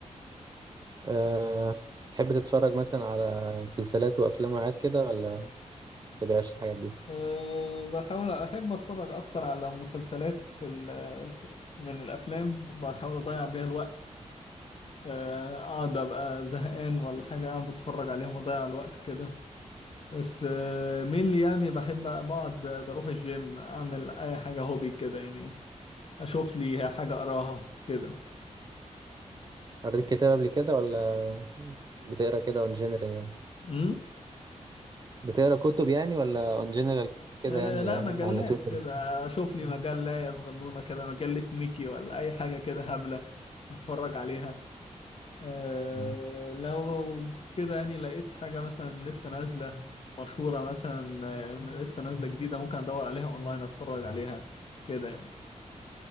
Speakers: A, on the right; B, on the left.
A: آه، تحب تتفرج مثلا على مسلسلات وأفلام وحاجات كده ولا متبقاش الحاجات دي
B: أه بحاول أحب أتفرج أكتر على مسلسلات في ال- من الأفلام بحاول أضيع بيها الوقت أه، أقعد أبقى زهقان ولا حاجة أقعد أتفرج عليهم وأضيع الوقت كده بس أه، مين اللي يعني بحب بقعد بروح الجيم أعمل أي حاجة هوبي كده يعني أشوف لي حاجة أقراها كده
A: قريت كتاب قبل كده ولا بتقرا كده اون جنرال يعني
B: أمم
A: بتقرا كتب يعني ولا اون جنرال كده
B: أه
A: يعني
B: لا
A: آه،
B: مجلات
A: على طول كده؟
B: كده أشوف لي مجلة صغنونة كده مجلة ميكي ولا أي حاجة كده هبلة أتفرج عليها أه
A: مم.
B: لو كده يعني لقيت حاجة مثلا لسه نازلة مشهورة مثلا آه، لسه نازلة جديدة ممكن أدور عليها أونلاين أتفرج عليها كده يعني